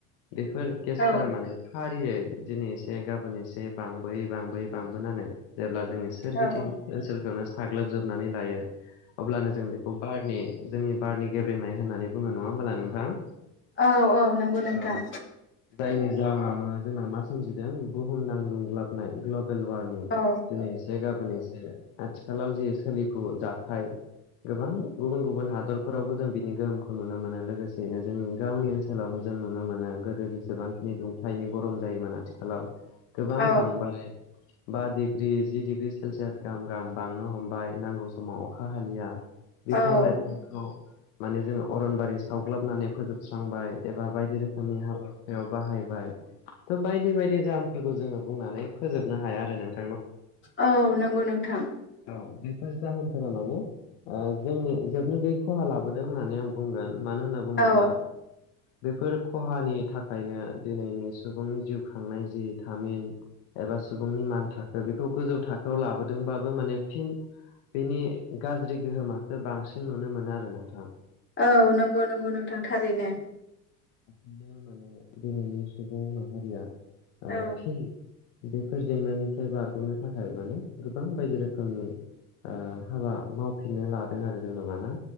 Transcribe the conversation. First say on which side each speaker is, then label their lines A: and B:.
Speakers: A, on the left; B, on the left.
A: बेफोर गेसफोरा
B: औ
A: माने फारियै दिनै एसे गाबोन एसे बांबोयै बांबोयै बांबोनानै जेब्ला जोंनि सोरगिदिं
B: औ
A: ओनसोलखौनो साग्लोबजोबनानै लायो अब्लानो जों बेखौ बारनि जोंनि बारनि गेब्रेंनाय होननानै बुङो नङा होमबोला नोंथां
B: औ औ नंगौ नोंथां
A: ओ जायनि जाउनाव ओ जोंना मा सोमजिदों बुहुमनां दुग्लाबनाय <unintelligible> बेलवारमिं
B: औ
A: दिनै एसे गाबोन एसे आथिखालाव जे सोलिफु जाथाय गोबां गुबुन गुबुन हादरफोरावबो जों बिनि गोहोमखौ नुनो मोनो लोगोसेयैनो जोंनि गावनि ओनसोलावनो जों नुनो मोनो गोदो जेसेबांखिनि दुंथायाइनि गरम जायोमोन आथिखालाव गोबां
B: औ
A: बांबाय बा डिग्रि जि डिग्रि सेलसियास गाहाम गाहाम बांनो हमबाय नांगौ समाव अखा हालिया बिफां
B: औ
A: लाइफांखौ माने जोङो अरनबारि सावग्लाबनानै फोजोबस्रांबाय एबा बायदि रोखोमनि हाबा हुखायाव बाहायबाय थ' बायदि बायदि जाहोनफोरखौ जोङो बुंनानै फोजोबनो हाया आरो नोंथ
B: औ नंगौ नोंथां
A: औ बेफोर जाहोनफोरा माने ओ जों जोबनो गैयै खहा लाबोदों होननानै आं बुंगोन मानो होनना बुङोब्ला
B: औ
A: बेफोर खहानि थाखायनो दिनैनि सुबुंनि जिउ खांनाय जि थामिन एबा सुबुंनि मान थाखो बेखौ गोजौ थाखोआव लाबोदोंबा बो माने फिन बिनि गाज्रि गोहोमासो बांसिन नुनो मोनो आरो नोंथां
B: औ नंगौ नंगौ नोंथां थारैनो
A: <unintelligible> मानो दिनैनि सुबुं माहारिया
B: औ
A: ओ फिन बेफोर जेंनानिफ्राय बारग'नो थाखाय माने गोबां बायदि रोखोमनि ओ हाबा मावफिननो लादों आरो जेन'बा ना